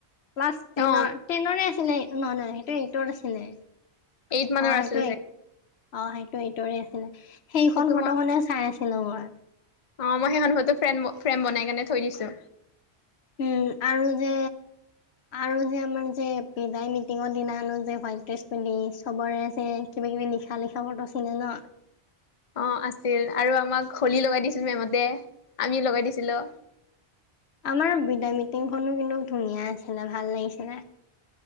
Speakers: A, on the left; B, on the left.
A: ক্লাছ টেনৰ
B: অ
A: টেনৰে আছিলে নহয় নহয় সেইটো এইটৰ আছিলে।
B: এইট মানৰ
A: অ সেইটো
B: আছিলে
A: এইট
B: চাগে।
A: অ সেইটো এইটৰে আছিলে, সেইখন
B: সেইটো
A: ফটোখনে
B: মই
A: চাই আছিলো মই।
B: অ মই সেইখন ফটো ফ্ৰেম ফ্ৰেম বনাই কেনে থৈ দিছো।
A: উম আৰু যে আৰু যে আমাৰ যে বিদাই মিটিঙৰ দিনাখনো যে হোৱাইট ড্ৰেছ পিন্ধি চবৰে যে কিবা কি বি লিখা লিখা ফটো আছিলে ন?
B: অ আছিল আৰু আমাক হোলী লগাই দিছিল মেমহতে, আমিও লগাই দিছিলো। <inaudible>
A: আমাৰ বিদায় মিটিংখনো কিন্তু ধুনীয়া আছিলে ভাল লাগিছিল।